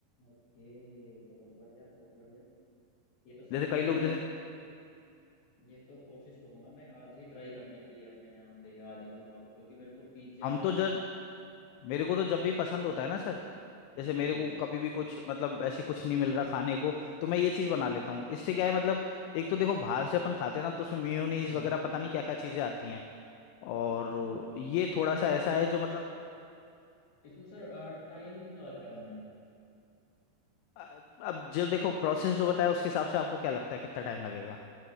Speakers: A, on the left; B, on the left.
A: ओके बहुत बढ़िया बहुत बढ़िया ये तो सर
B: जैसे
A: मैं
B: कई लोग जैसे
A: ये तो कोशिश करूंगा मैं आज ही ट्राई करने की अपने यहाँ पे आज ही बनवा लूँ क्योंकि मेरे को पिज्ज़ा
B: हम तो जर मेरे को तो जब भी पसंद होता है ना सर जैसे मेरे
A: जी
B: को कभी भी कुछ मतलब ऐसे कुछ नहीं मिल रहा खाने को तो मैं ये चीज बना लेता हूँ इससे क्या है मतलब एक तो देखो बाहर से अपन खाते हैं ना तो उसमें मेयोनीज
A: हम्म
B: वगैरह
A: हम्म।
B: पता नहीं क्या क्या चीजें आती हैं और
A: अच्छा
B: ये
A: इसमें
B: थोड़ा सा ऐसा है जो मतलब
A: इसमें सर टाइम कितना लगता है बनने में
B: अ- अब जो देखो प्रोसेस जो बताया उसके हिसाब से आपको क्या लगता है कितना टाइम लगेगा